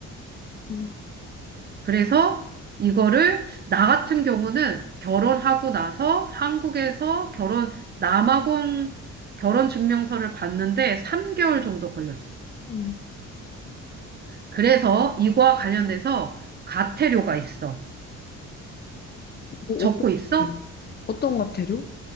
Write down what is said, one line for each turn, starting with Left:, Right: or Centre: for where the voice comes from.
Left: 그렇구나.
Right: 그래서 이거를 나 같은 경우는 결혼하고 나서 한국에서 결혼 남아공 결혼 증명서를 받는데 3개월 정도 걸렸어.
Left: 음.
Right: 그래서 이거와 관련돼서 가태료가 있어.
Left: 뭐
Right: 적고
Left: 어떤
Right: 있어?
Left: 과태료? 어떤 과태료?